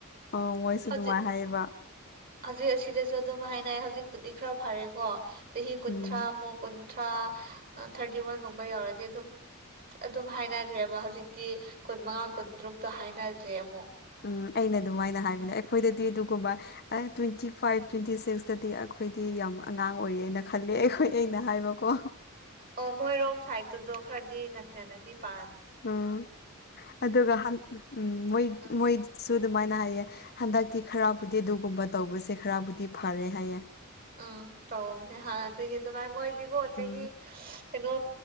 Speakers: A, on the left; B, on the right.
A: ꯑ ꯃꯣꯏꯁꯨ
B: ꯍꯧꯖꯤꯛ
A: ꯑꯗꯨꯃꯥꯏꯅ ꯍꯥꯏꯌꯦꯕ
B: ꯍꯧꯖꯤꯛ ꯑꯁꯤꯗꯁꯨ ꯑꯗꯨꯝ ꯍꯥꯏꯅꯩ ꯍꯧꯖꯤꯛꯄꯨꯗꯤ ꯈꯔ ꯐꯔꯦꯀꯣ ꯆꯍꯤ ꯀꯨꯟꯊ꯭ꯔꯥꯃꯨꯛ
A: ꯎꯝ
B: ꯀꯨꯟ ꯊ꯭ꯔꯥ ꯑ ꯊꯥꯔꯇꯤ ꯋꯥꯟꯒꯨꯝꯕ ꯌꯧꯔꯗꯤ ꯑꯗꯨꯝ ꯑꯗꯨꯝ ꯍꯥꯏꯔꯛꯑꯒꯦꯕ ꯍꯧꯖꯤꯛꯇꯤ ꯀꯨꯟꯃꯉꯥ ꯀꯨꯟꯇꯔꯨꯛꯇ ꯍꯥꯏꯅꯗ꯭ꯔꯦ ꯑꯃꯨꯛ
A: ꯎꯝ ꯑꯩꯅ ꯑꯗꯨꯃꯥꯏꯅ ꯍꯥꯏꯕꯅꯦ ꯑꯈꯣꯏꯗꯗꯤ ꯑꯗꯨꯒꯨꯝꯕ ꯑ ꯇꯣꯏꯟꯇꯤ ꯐꯥꯏꯚ ꯇꯣꯏꯟꯇꯤ ꯁꯤꯛꯁꯇꯗꯤ ꯑꯈꯣꯏꯗꯤ ꯌꯥꯝ ꯑꯉꯥꯡ ꯑꯣꯏꯌꯦꯅ ꯈꯜꯂꯦ ꯑꯩꯈꯣꯏ ꯑꯩꯅ ꯍꯥꯏꯕ ꯀꯣ
B: ꯑꯣ ꯃꯣꯏꯔꯣꯝ ꯁꯥꯏꯠꯇꯨꯗꯣ ꯈꯔꯗꯤ ꯉꯟꯒꯅꯗꯤ ꯄꯥꯟ
A: ꯎꯝ ꯑꯗꯨꯒ ꯍꯟ ꯎꯝ ꯃꯣꯏ
B: ꯎꯝ
A: ꯃꯣꯏꯗꯤ ꯁꯨ ꯑꯗꯨꯃꯥꯏꯅ ꯍꯥꯏꯌꯦ ꯍꯟꯗꯛꯇꯤ ꯈꯔꯕꯨꯗꯤ ꯑꯗꯨꯒꯨꯝꯕ ꯇꯧꯕꯁꯦ ꯈꯔꯕꯨꯗꯤ ꯐꯔꯦ ꯍꯥꯏꯌꯦ
B: ꯑ ꯇꯧꯕꯅꯦ ꯍꯥꯟꯅꯗꯒꯤ ꯑꯗꯨꯃꯥꯏ ꯃꯣꯏꯗꯤꯒꯣ ꯆꯍꯤ
A: ꯎꯝ
B: ꯀꯩꯅꯣ